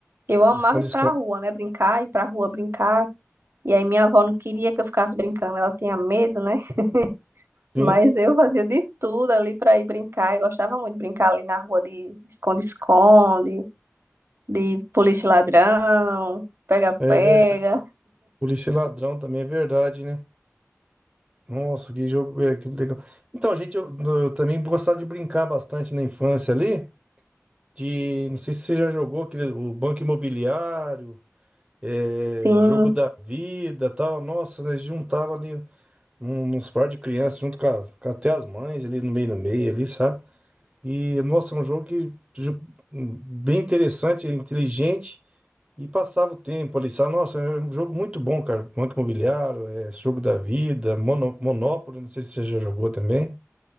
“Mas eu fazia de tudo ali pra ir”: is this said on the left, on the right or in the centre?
Right